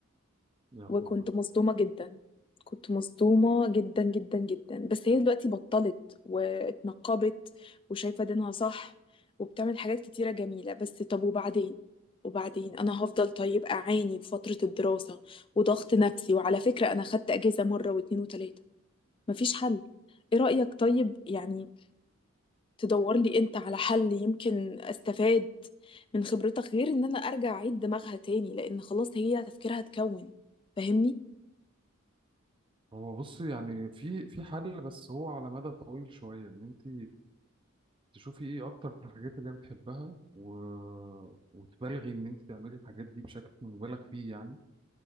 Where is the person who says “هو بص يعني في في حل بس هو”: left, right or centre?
Right